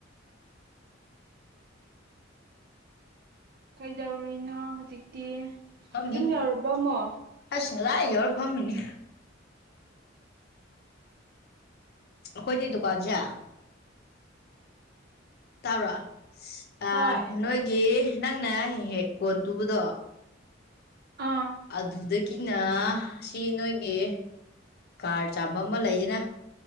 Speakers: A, on the right (about 50°); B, on the left (about 55°).
A: ꯀꯩꯗꯧꯔꯨꯏꯅꯣ ꯍꯧꯖꯤꯛꯇꯤ
B: ꯐꯝꯅꯤ
A: ꯌꯨꯝ ꯌꯧꯔꯕ ꯑꯃꯣ
B: ꯑꯁ ꯉꯁꯥꯏ ꯌꯥꯎꯔ ꯐꯝꯃꯤꯅꯤ ꯑꯩꯈꯣꯏꯗꯤ ꯗꯨꯀꯥꯟꯁꯦ ꯇꯥꯕ꯭ꯔꫭ ꯑꯥ
A: ꯍꯣꯏ
B: ꯅꯣꯏꯒꯤ ꯅꯪꯅ ꯍꯦꯛ ꯍꯦꯛ ꯀꯣꯟ ꯇꯨꯕꯗꯣ
A: ꯑꯥ
B: ꯑꯗꯨꯗꯒꯤꯅ ꯁꯤ ꯅꯣꯏꯒꯤ ꯀꯥꯔ ꯆꯥꯝꯕ ꯑꯃ ꯂꯩꯗꯅ